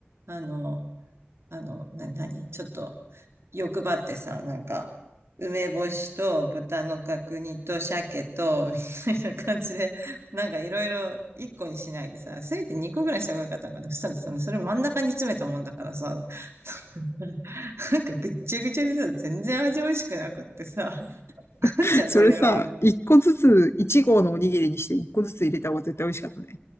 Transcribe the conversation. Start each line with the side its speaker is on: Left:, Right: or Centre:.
Right: あの、あの、なになにちょっと、欲張ってさ、なんか、梅干しと豚の角煮と鮭と、みたいな感じで、なんかいろいろ1個にしないでさ、せめて2個ぐらいした方がよかったのかな。そしたらさ、それ真ん中に詰めたもんだからさ、<laughs> なんかぐっちゃぐちゃにさ、全然味美味しくなくってさ、
Left: <laughs>
Right: なんじゃこりゃは。
Left: それさ、一個ずつ、一合のおにぎりにして一個ずつ入れた方が絶対美味しかったね。